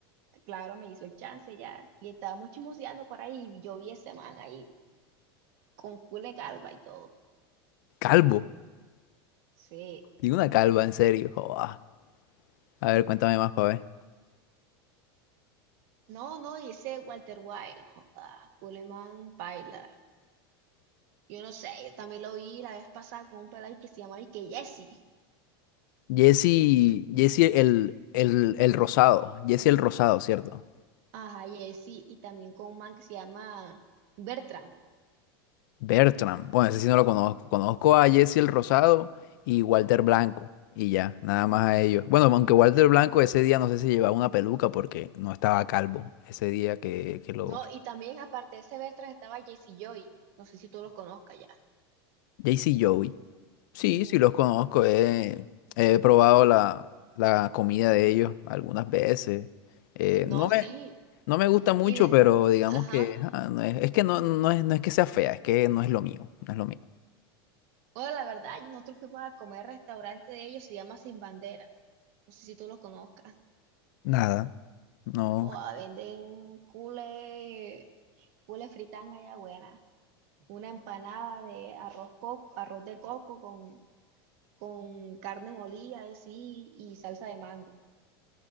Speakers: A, on the right; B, on the left.
A: claro, me hizo el chance ya. Y estábamos chismoseando por ahí. y Yo vi ese man ahí con Cule Calva y todo.
B: Calvo.
A: Sí.
B: ¿Tiene una calva, en serio. joda. A ver, cuéntame más para ver.
A: No, no, y ese Walter White, joda, Culeman Paila. Yo no sé, yo también lo vi la vez pasada con un pelado que se llama y que Jesse.
B: Jesse, Jesse el, el, el rosado. Jesse el rosado, ¿cierto?
A: Ajá, Jesse, y también con un man que se llama Bertram.
B: Bertram. Bueno, ese sí no lo conozco. Conozco a Jesse el Rosado y Walter Blanco. Y ya, nada más a ellos. Bueno, aunque Walter Blanco ese día no sé si llevaba una peluca porque no estaba calvo. Ese día que, que lo...
A: No, y también aparte de ese Bertram estaba Jesse Joy. No sé si tú los conozcas ya.
B: Jesse y Joey. Sí,
A: Ujú.
B: sí los conozco. He, he probado la, la comida de ellos algunas veces. Eh,
A: No,
B: no me,
A: sí.
B: no me gusta mucho,
A: Y de...
B: pero digamos
A: Ajá.
B: que... ah, no es, es que no, no es, no es que sea fea, es que no es lo mío. No es lo mío.
A: Bueno, la verdad, nosotros fuimos a comer al restaurante de ellos, se llama Sin Bandera. No sé si tú lo conozcas.
B: Nada. No.
A: O ah, venden cule, cule fritanga ya buena. Una empanada de arroz, co- arroz de coco con, con carne molida así y salsa de mango.